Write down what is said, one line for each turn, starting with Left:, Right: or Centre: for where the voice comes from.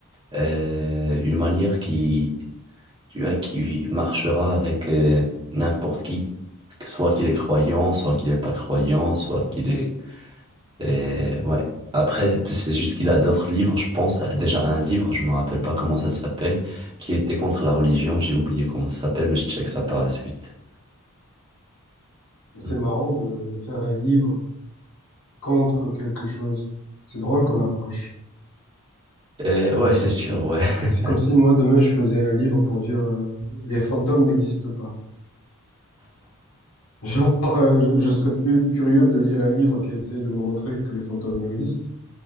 Right: euh, une manière qui, tu vois, qui marchera avec euh, n'importe qui, Que soit qu'il est croyant, soit qu'il est pas croyant, soit qu'il est, euh, ouais. Après, c'est juste qu'il a d'autres livres, je pense, déjà un livre, je me rappelle pas comment ça s'appelle, qui était contre la religion, j'ai oublié comment ça s'appelle, mais je check ça par la suite.
Left: C'est
Right: Hmm.
Left: marrant de, de faire un livre contre quelque chose. C'est drôle comme approche.
Right: Euh, ouais, c'est sûr, ouais. <laughs>
Left: C'est comme si moi, demain, je faisais un livre pour dire euh, les fantômes n'existent pas. <laughs> Genre, euh, je, je serais plus curieux de lire un livre qui essaie de me montrer que les fantômes existent.